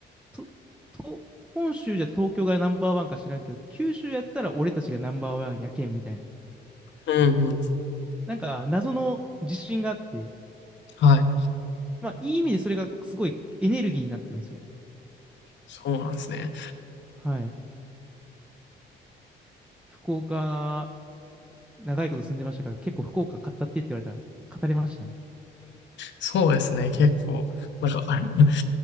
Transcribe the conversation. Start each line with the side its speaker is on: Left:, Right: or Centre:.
Centre: と、と、本州じゃ東京がナンバーワンか知らんけど、九州やったら俺たちがナンバーワンやけん、みたいな。
Left: うんうん。
Centre: なんか、謎の自信があって、
Left: はい。
Centre: まあ、いい意味でそれがすごいエネルギーになってるんですよ。
Left: そうなんですね。
Centre: はい。福岡、長いこと住んでましたから、結構福岡語ってって言われたら、語れましたね。
Left: そうですね。結構、なんか、あ <laughs>